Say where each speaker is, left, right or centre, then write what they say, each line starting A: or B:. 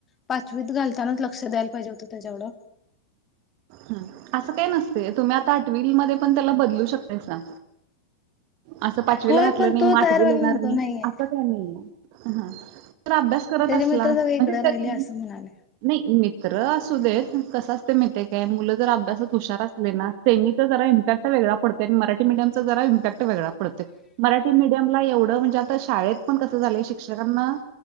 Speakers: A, on the left; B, on the right.
A: पाचवीत घालतानाच लक्ष द्यायला पाहिजे होतं त्याच्याकडं
B: हा असं काही नसते तुम्ही आता आठ वील मध्ये पण त्याला बदलू शकतायसा. असं पाचवीला
A: होय
B: घातलं
A: पण
B: नाही
A: तो
B: म आठवीला
A: तयार व्हायला
B: येणार
A: नको
B: नाही
A: नाहीये.
B: असं काय नाही आहे. हा. तर अभ्यास करत
A: त्याचे
B: असला
A: मित्र
B: म्हणजे
A: सगळे इकडे राहिले
B: त्यात
A: असं म्हणाले
B: नाही मित्र असू देत कसा कसं आहे माहित आहे का मुलं जर अभ्यासत हुशार असले ना सेमीचा जरा इम्पॅक्ट वेगळा पडतय आणि मराठी मिडियमचा जरा इम्पॅक्ट वेगळा पडतय मराठी मिडीयमला एवढं म्हणजे आता शाळेत पण कसं झालय शिक्षकांना